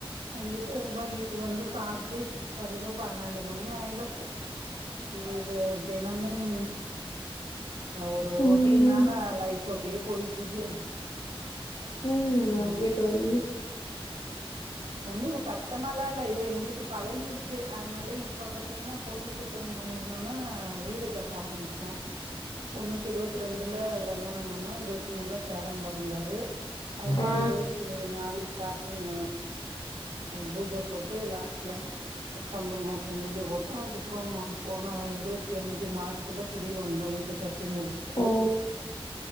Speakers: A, on the right; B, on the left.
A: வந்துட்டு அதுப்புறம் வீட்டுக்கு வந்து சாப்பிட்டு படுக்க பன்னெண்டு மணி ஆயிடும் இது இது தினமும் ஒரு
B: ம்
A: ரொட்டீனான லைஃப்பு அப்படியே போயிட்டு இருக்கு
B: ம்
A: ஆமாமா
B: ஓகே தோழி
A: ஒன்னும் கஷ்டமாலாம் இல்ல இது எங்களுக்கு பழகிருச் அதனால இப்போ பார்த்தீங்கன்னா பொண்ணுக்கு திருமணம் முடிஞ்சோனா வீடு கட்ட ஆரம்பிச்சேன் பொண்ணுக்கு இருவத்து ரெண்டுல கல்யாணம் பண்ணோம் இருவத்தி மூணுல பேரன் பொறந்தாரு அதுப்புறம்
B: ஆ
A: இருவத்தி நாலு ஸ்டார்டிங் பூஜை போட்டு லாஸ்ட்ல செப்டம்பர் மாசம் பூஜை போட்டோம் அதுக்கப்புறம் போன இருபத்தி அஞ்சு மார்ச்ல குடி வந்தோம் வீடு கட்டி முடிச்சுட்டு
B: ஓ